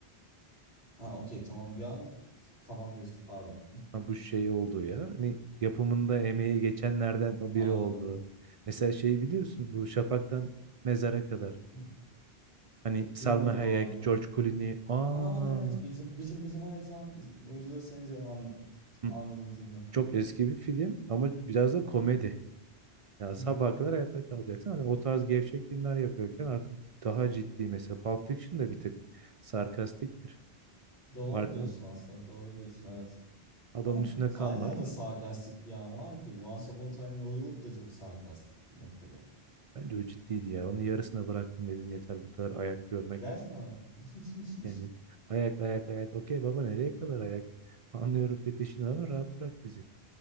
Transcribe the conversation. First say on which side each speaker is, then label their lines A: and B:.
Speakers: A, on the left (about 80°); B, on the right (about 50°).
A: Ha okey tamam bir an kafam karıştı pardon.
B: Ha, bu şey olduğu ya. Hani yapımında emeği geçenlerden o
A: <laughs>
B: biri
A: Anladım.
B: olduğu. Mesela şeyi biliyorsun bu Şafak'tan Mezara kadar.
A: <laughs>
B: Hani Salma
A: Duymadım
B: Hayek,
A: abi yok.
B: George Clooney. Aa,
A: Aa evet bildim bildim bildim hayır şu an iz- oyuncuları sayınca anla- anladım
B: Hı,
A: filmi.
B: çok eski bir film ama biraz da komedi. Ya
A: <laughs>
B: sabaha kadar hayatta kalacaksın. Hani o tarz gevşek filmler yapıyorken artık daha ciddi mesela Pulp Fiction de bir tık sarkastiktir.
A: Doğru
B: Farkında
A: diyorsun aslında. Doğru diyorsun evet.
B: adamın
A: Ama
B: üstüne kan
A: hala
B: var.
A: da sarkastik bir an var ki. Once Upon a Time in Hollywood da çok sarkastik bir noktada.
B: <laughs> Bence o ciddiydi ya. Onu yarısına bıraktım dedim yeter bu kadar ayak görmek.
A: Gerçekten mi? <laughs>
B: Yani ayak ayak ayak. Okey baba nereye kadar ayak? <laughs> Anlıyorum fetişini ama rahat bırak bizi.